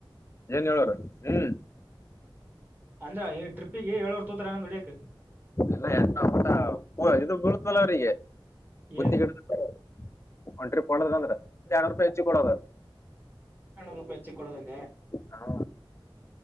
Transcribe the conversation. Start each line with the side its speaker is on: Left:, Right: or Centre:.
Left: ಏನ್ ಹೇಳಾರ ಹ್ಮ್
Right: ಅಂದ್ರ ಈ ಟ್ರಿಪ್ಪಿಗೆ ಏಳೊರ್ ತುತ್ರಗೂಂಡು ಹೊಡಿಯಕ್ಕ
Left: ಇಲ್ಲ ಎಂತ ಉಂಟಾ ಇದು ಬೀಳ್ತಲ್ಲರಿಗೆ ಗುತ್ತಿ
Right: ಏನು
Left: ಕಡೆ ಒನ್ ಟ್ರಿಪ್ಪ್ ಹೂಡದ ಅಂದ್ರೆ ಯರೂಪಿ ಹೆಚ್ಚಿ ಕೊಡೋದ
Right: ಎಣೂರುೂಪಾಯಿ ಹೆಚ್ಚಿ ಕೊಡದೆಂಗೆ
Left: ಹಾ